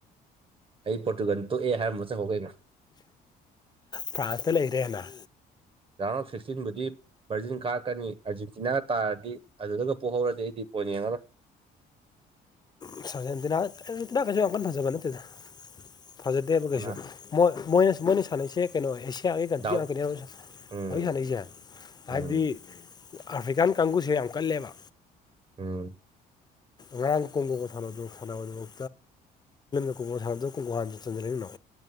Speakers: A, on the right; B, on the left.
A: ꯑꯩ ꯄꯣꯔꯇꯨꯒꯥꯟ ꯇꯣꯛꯑꯦ ꯍꯥꯏꯔꯝꯕ ꯆ ꯍꯧꯧꯒꯦꯩꯅꯣ
B: ꯐ꯭ꯔꯥꯟꯁꯇ ꯂꯩꯔꯦꯅ
A: ꯔꯥꯎꯟ ꯑꯣꯐ ꯁꯤꯛꯁꯇꯤꯟꯕꯨꯗꯤ ꯕꯥꯔꯖꯤꯟ ꯀꯥꯔꯛꯀꯅꯤ ꯑꯥꯔꯖꯦꯟꯇꯤꯅꯥꯒ ꯇꯥꯔꯗꯤ ꯑꯗꯨꯗꯒ ꯄꯨꯣꯛꯍꯧꯔꯗꯤ ꯑꯩꯗꯤ ꯄꯣꯏꯟ ꯌꯦꯡꯉꯔꯣꯏ <inaudible>
B: ꯀꯩꯁꯨ ꯑ ꯅꯖꯕ ꯅꯗ ꯐꯖꯗꯦꯕ ꯀꯩꯁꯨ
A: ꯀꯅꯥ
B: ꯃꯣꯏ ꯃꯣꯏꯅ ꯃꯣꯏꯅ ꯁꯥꯟꯅꯁꯦ ꯀꯩꯅꯣ ꯑꯦꯁꯤꯌꯥꯒꯤ ꯀꯟꯇ꯭ꯔꯤ
A: ꯗꯥꯎ
B: ꯉꯥꯛꯇꯅꯦ ꯍꯥꯏꯕ
A: ꯎꯝ
B: ꯍꯧꯖꯤꯛ ꯁꯥꯟꯅꯁꯦ ꯍꯥꯏꯕꯗꯤ
A: ꯎꯝ
B: ꯑꯐ꯭ꯔꯤꯀꯥꯟ ꯀꯥꯡꯒꯨꯁꯦ ꯌꯥꯝ ꯀꯜꯂꯦꯕ
A: ꯎꯝ
B: ꯔꯥꯡ ꯀꯨꯝꯕ ꯥꯟ ꯁꯥꯟꯅꯕꯒꯤꯗꯃꯥꯟ ꯀ ꯍ ꯆꯟꯖ